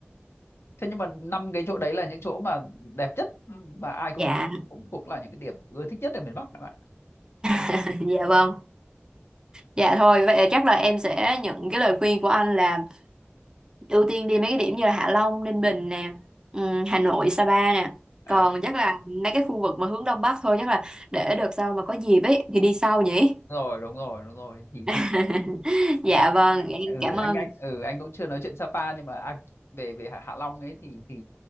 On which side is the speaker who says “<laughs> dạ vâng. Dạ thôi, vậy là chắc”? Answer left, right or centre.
Right